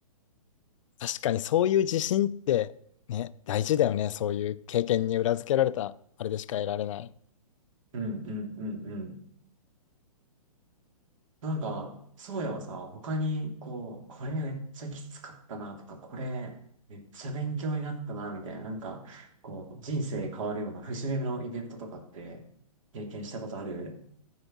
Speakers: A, on the left (about 55°); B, on the right (about 55°).
A: 確かにそういう自信って、ね、大事だよね。そういう経験に裏付けられた、あれでしか得られない。
B: う。うんうんうんうんなんか、そうやはさ、他に、こう、これめっちゃきつかったなとか、これめっちゃ勉強になったなみたいな、なんか、こう、人生変わるような節目のイベントとかって経験したことある